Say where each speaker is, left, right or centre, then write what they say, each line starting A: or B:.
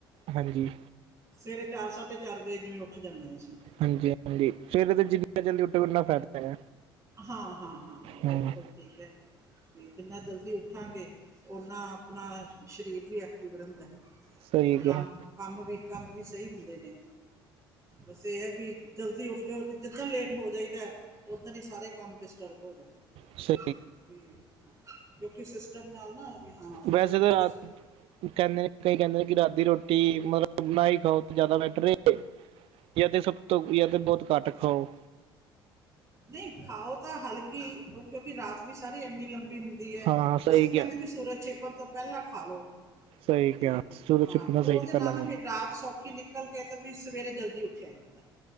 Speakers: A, on the right (about 50°); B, on the right (about 25°).
A: ਹਾਂਜੀ
B: ਸਵੇਰੇ ਚਾਰ- ਸਾਢੇ ਚਾਰ ਵਜੇ ਜਿਵੇਂ ਉੱਠ ਜਾਂਦੇ ਆ ਜੀ।
A: ਹਾਂਜੀ ਹਾਂਜੀ ਫਰ ਜਿੰਨਾ ਜਲਦੀ ਉੱਠੋ ਉਨਾ ਫਾਇਦਾ ਹੈਗਾ।
B: ਹਾਂ ਹਾਂ ਹਾਂ ਹਾਂ
A: ਹਾ
B: ਬਿਲਕੁਲ ਠੀਕ ਹੈ। ਵੀ ਜਿੰਨਾ ਜਲਦੀ ਉੱਠਾਂਗੇ, ਉਨਾ ਆਪਣਾ ਸਰੀਰ ਵੀ ਐਕਟਿਵ ਰਹਿੰਦਾ ਐ।
A: ਸਹੀ
B: ਤੇ
A: ਕਿਹਾ
B: ਕੰਮ- ਕੰਮ ਵੀ ਕੰਮ ਵੀ ਸਹੀ ਹੁੰਦੇ ਨੇ। ਬਸ ਇਹ ਹੈ ਵੀ ਜਲਦੀ ਉੱਠ ਜਾਓ ਜਿੱਦਣ ਲੇਟ ਹੋ ਜਾਈਦਾ ਐ ਊਦਨ ਹੀ ਸਾਰੇ ਕੰਮ ਡਿਸਟਰਬ ਹੋ ਜਾਂਦੇ ਨੇ।
A: ਸ
B: ਵੀ ਹੂੰ, ਕਿਉਂਕਿ ਸਿਸਟਮ ਨਾਲ ਨਾ ਵੀ ਹਾਂ ਸਵੇਰੇ
A: ਵੈਸੇ
B: ਉੱਠੋਂ
A: ਤਾਂ ਰਾਤ
B: ਤੁਸੀਂ
A: ਕਹਿੰਦੇ ਨੇ ਕਈ ਕਹਿੰਦੇ ਨੇ ਕਿ ਰਾਤ ਦੀ ਰੋਟੀ ਮਤਲਬ ਨਾ ਹੀ ਖਾਓ ਤੇ ਜ਼ਿਆਦਾ ਬੈਟਰ ਏ। ਯ ਤੇ ਸਭ ਤੋਂ ਯ ਤੇ ਬਹੁਤ ਘੱਟ ਖਾਓ।
B: ਨਹੀਂ ਖਾਓ ਤਾਂ ਹਲਕੀ ਉਹ ਕਿਉਂਕਿ ਰਾਤ ਵੀ ਸਾਰੀ ਇੰਨੀ ਲੰਬੀ ਹੁੰਦੀ ਹੋਦੀ ਐ।
A: ਹਾਂ
B: ਬਸ
A: ਸਹੀ
B: ਇਹ
A: ਕਿਹਾ
B: ਕਹਿੰਦੇ ਵੀ ਸੂਰਜ ਛੀਪੜ ਤੋਂ ਪਹਿਲਾਂ ਖਾ ਲਓ।
A: ਸਹੀ ਕਿਹਾ
B: ਹੂੰ
A: ਸੂਰਜ
B: ਹਾਂ
A: ਛੁਪਣਾ
B: ਉਹਦੇ
A: ਸਹੀ
B: ਨਾਲ
A: ਪਹਿਲਾਂ
B: ਨਾ
A: ਗੱਲ
B: ਵੀ ਰਾਤ ਸੌਖੀ ਨਿਕਲ ਨਿਕਲ ਕੇ ਤਾਂ ਵੀ ਸਵੇਰੇ ਜਲਦੀ ਉੱਠਿਆ ਜਾਂਦਾ,